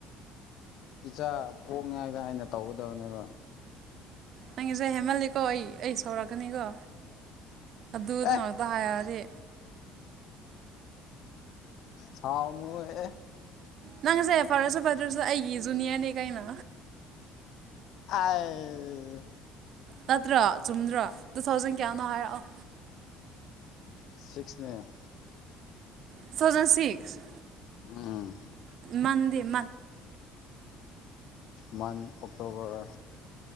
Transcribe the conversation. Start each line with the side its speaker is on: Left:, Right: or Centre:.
Left: ꯏꯆꯥ ꯄꯣꯛꯅꯤꯉꯥꯏꯗ ꯑꯩꯅ ꯇꯧꯒꯗꯕꯅꯦꯕ
Right: ꯅꯪꯒꯤꯁꯦ ꯍꯦꯃꯜꯂꯤꯀꯣ ꯑꯩ ꯑꯩ ꯁꯧꯔꯛꯀꯅꯤꯀꯣ ꯑꯗꯨꯗ
Left: ꯑꯦ
Right: ꯉꯥꯛꯇ ꯍꯥꯏꯔꯛꯑꯗꯤ
Left: ꯁꯥꯎꯅ ꯑꯦ
Right: ꯅꯪ ꯉꯁꯦ ꯐꯥꯔꯁꯨ ꯐꯗꯔꯁꯨꯗ ꯑꯩꯒꯤ ꯖꯨꯅꯤꯌꯔꯅꯦ ꯀꯩꯅꯣ
Left: ꯑ
Right: ꯅꯠꯇ꯭ꯔꯥ ꯆꯨꯝꯗ꯭ꯔꯣ ꯇꯨ ꯊꯥꯎꯖꯟ ꯀꯌꯥꯅꯣ ꯍꯥꯏꯔꯛꯑꯣ
Left: ꯁꯤꯛꯁꯅꯦ
Right: ꯇꯨ ꯊꯥꯎꯖꯟ ꯁꯤꯛꯁ
Left: ꯎꯝ
Right: ꯃꯟꯗꯦꯟ
Left: ꯋꯥꯟ ꯑꯣꯛꯇꯣꯕꯔ